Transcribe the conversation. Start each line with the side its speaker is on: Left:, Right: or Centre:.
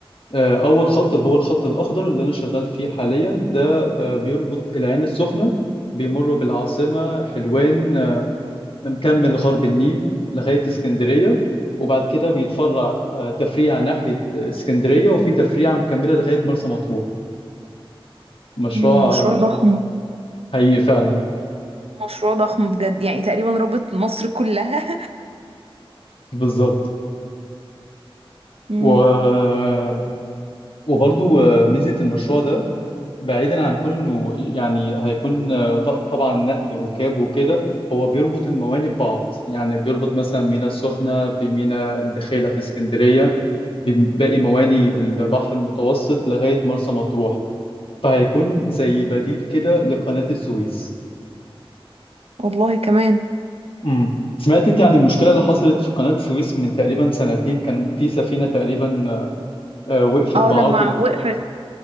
Left: آه، اول خط اللي هو الخط الاخضر اللي انا شغال فيه حاليا ده آه، بيربط العين السخنه بيمر بالعاصمه حلوان آه، مكمل غرب النيل لغايه اسكندريه وبعد كده بيتفرع آه، تفريع ناحيه اسكندريه وفي تفريعه مكمله لغايه مرسى مطروح مشروع
Right: مم،
Left: آه،
Right: مشروع ضخم
Left: حقيقي فعلا
Right: مشروع ضخم بجد يعني تقريبا رابط مصر كلها
Left: بالظبط
Right: <laughs> مم.
Left: و آه، وبرضو آه، ميزة المشروع ده بعيدا عن كون انه يعني هيكون آه، ط- طبعا نقل ركاب وكده هو بيربط الموانئ ببعض يعني بيربط مثلا ميناء السخنة بميناء الدخيلة في اسكندرية بباقي موانئ البحر المتوسط لغاية مرسى مطروح فهيكون زي بديل كده لقناة السويس
Right: والله كمان
Left: امم سمعت انت عن المشكلة اللي حصلت في قناة السويس من تقريبا سنتين كان في سفينة تقريبا آه، وقفت
Right: اه
Left: بعرض
Right: لما وقفت